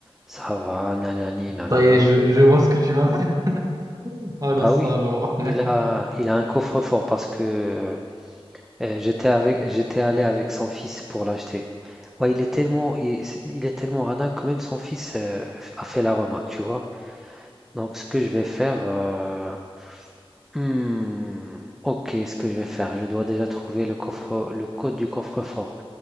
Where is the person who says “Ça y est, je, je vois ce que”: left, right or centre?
Right